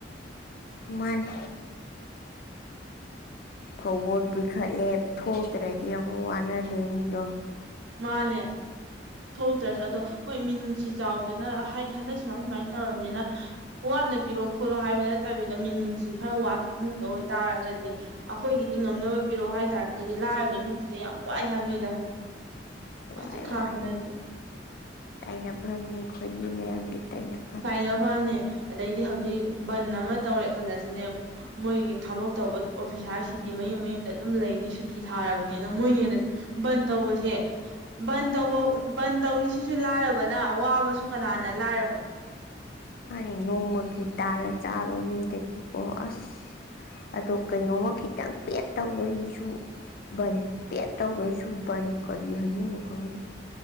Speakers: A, on the left; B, on the right.
A: ꯃꯥꯅꯤ ꯐꯧꯕꯣꯜ ꯄꯤꯈꯠꯂꯦ ꯊꯣꯛꯇ꯭ꯔꯗꯤ ꯑꯃꯨꯛ ꯋꯥꯅꯗꯣꯏꯅꯤꯗꯣ
B: ꯃꯥꯅꯦ ꯊꯣꯛꯇ꯭ꯔꯁꯨ ꯑꯗꯣ ꯍꯣꯏ ꯃꯤꯅꯨꯡꯁꯤ ꯆꯥꯎꯗꯅ ꯍꯥꯏꯗꯤ ꯍꯟꯗꯛ ꯁꯨꯃꯥꯏ ꯁꯨꯃꯥꯏ ꯇꯧꯔꯕꯅꯤꯅ ꯋꯥꯠꯅ ꯄꯤꯔꯣ ꯈꯣꯠꯂꯣ ꯍꯥꯏꯕ ꯅꯠꯇꯕꯤꯗ ꯃꯤꯅꯨꯡꯁꯤ ꯈꯔ ꯋꯥꯠꯄ ꯏꯃꯨꯡꯗ ꯑꯣꯏꯇꯥꯔꯒꯗꯤ ꯑꯩꯈꯣꯏꯒꯤꯗꯤ ꯉꯝꯅꯕ ꯄꯤꯔꯛꯑꯣ ꯍꯥꯏꯇꯥꯔꯒꯗꯤ ꯂꯥꯏꯔꯕ ꯏꯃꯨꯡꯁꯤꯗ ꯌꯥꯝ ꯋꯥꯏ ꯍꯥꯏꯕꯅꯤꯗ ꯈꯖꯤꯛ
A: ꯋꯥꯏ
B: ꯈꯔꯥꯛꯇ
A: ꯋꯥꯏ
B: ꯅꯠꯇꯦ
A: ꯇꯥꯏꯅꯐꯝꯅꯤ ꯑꯩꯈꯣꯏꯗꯤ ꯃꯌꯥꯝꯒꯤ ꯇꯥꯏꯅꯐꯝ
B: ꯇꯥꯏꯅꯐꯝꯅꯦ ꯑꯗꯩꯗꯤ ꯍꯧꯖꯤꯛ ꯕꯟ ꯑꯃ ꯇꯧꯔꯦ ꯈꯜꯂꯁꯤꯅꯦ ꯃꯣꯏꯒꯤ ꯊꯕꯛ ꯇꯧꯕ ꯑꯣꯐꯤꯁꯥꯔꯁꯤꯡꯗꯤ ꯃꯌꯨꯝ ꯃꯌꯨꯝꯗ ꯑꯗꯨꯝ ꯂꯩꯅꯤ ꯁꯨꯇꯤ ꯊꯥꯔꯕꯅꯤꯅ ꯃꯣꯏꯅ ꯍꯦꯟꯅ ꯕꯟ ꯇꯧꯕꯁꯦ ꯕꯟ ꯇꯧꯕ ꯄꯟ ꯇꯧꯔꯤꯁꯤꯁꯨ ꯂꯥꯏꯔꯕꯅ ꯑꯋꯥꯕꯁꯨ ꯀꯅꯥꯅ ꯂꯥꯏꯔꯕꯅ
A: ꯃꯥꯅꯦ ꯅꯣꯡꯃꯒꯤ ꯇꯥꯜꯂ ꯆꯥꯕ ꯃꯤꯗꯒꯤꯀꯣ ꯑꯁ ꯑꯗꯣ ꯀꯩꯅꯣꯝꯃ ꯈꯤꯇꯪ ꯄꯦꯠ ꯇꯧꯕꯒꯤꯁꯨ ꯕꯟ ꯄꯦꯠ ꯇꯧꯕꯁꯨ ꯕꯟ ꯀꯔꯤ ꯍꯥꯏꯅꯤꯡꯏꯅꯣ ꯈꯪꯗꯦ